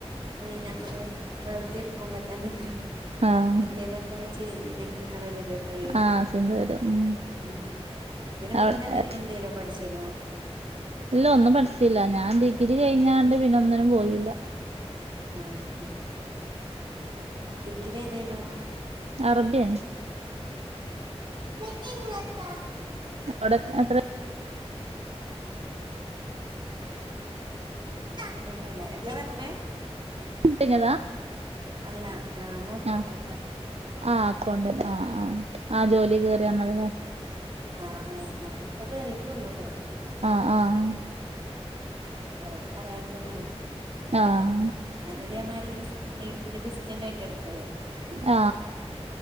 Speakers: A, on the right (about 45°); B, on the right (about 70°).
A: അ നഞമ്മള് വെറുതെ എടുക്കുമ്പോ തന്നെക്ക
B: ആഹ്
A: എന്തേലുമൊക്കെ ചെയ്തി എനിക്ക് നല്ലരു ഇതൊക്കെ വരി
B: ആഹ് സിന്ധു വരും ഉം
A: ഉ ഇതിന് മുന്നന്
B: അവിടെ
A: എന്തേലോ പഠിച്ചന്നോ
B: ഇല്ല ഒന്നും പഠിച്ചില്ല ഞാൻ ഡിഗ്രി കഴിഞ്ഞാണ്ട് പിന്ന ഒന്നിനും പോയില്ല
A: ആ ഉ ദക്കിര തേനോ
B: അറബി
A: മറ്റി ലാ <inaudible>
B: അവിടെ അത്ര
A: എന്നിട്ടല്ല എന്താ പറഞ്ഞേ
B: ട്ട കതാ
A: അല്ല ഞാൻ അക്കൗണ്ടന്റ്
B: ആ ആ അക്കൗണ്ട് ആ ആ് ആ ജോലി കേയറിയാണതല്ലെ
A: ആ ആ ഞൻ ഇപ്പൊ കേറിട്ടള്ളൂട്ടോ
B: ആ
A: വറ പറായിട്ടൊന്നല്ല
B: ആഹ്
A: ല്ലതേമാരി എ ഒരു ഡിസ്റ്റൻറ് ആയിട്ട് എടുത്തത്
B: ആ